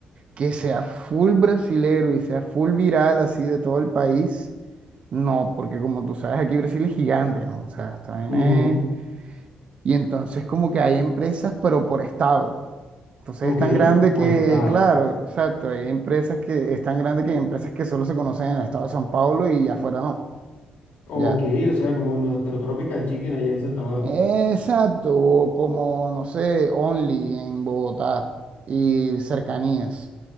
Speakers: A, on the right (about 50°); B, on the left (about 80°).
A: que sea full brasilero y sea full viral así de todo el país. No, porque como tú sabes, aquí Brasil es gigante, ¿no? O sea, esta vaina
B: Ujú,
A: es- Y entonces como que hay empresas, pero por estado. Entonces
B: Ok,
A: es tan grande
B: por
A: que,
B: estado.
A: claro, exacto, hay empresas que es tan grande que hay empresas que solo se conocen en el estado de San Paulo y afuera no.
B: Ok,
A: Ya.
B: o sea, como nuestro Tropical Chicken allá en Santa Marta.
A: Exacto, o como no sé, Only en Bogotá y cercanías.